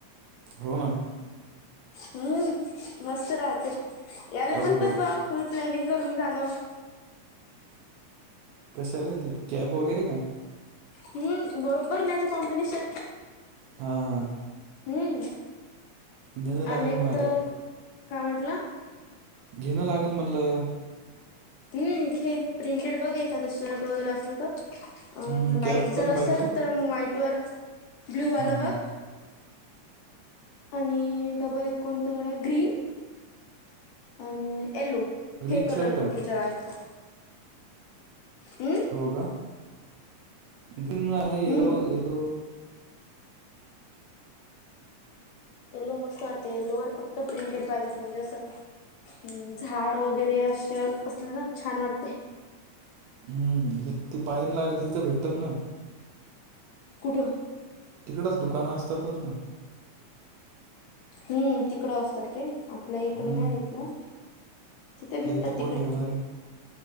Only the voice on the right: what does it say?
हो ना.
काढू
काढू
कशाला ते कॅप वगैरे का.
हां हां
नेणं लागेल
मग आता
घेणं लागेल म्हणलं.
हम्म,
कॅप पण
पाहतो
हां
हां
ग्रीन
शर्ट
हो का ग्रीन आहे येलो
यलो.
हम् घ ती पायन लागेल तिथं भेटतात ना.
तिकडच दुकानं असतातच ना.
हम्म
आपल्या
इथं कोण
ठेवणार आहे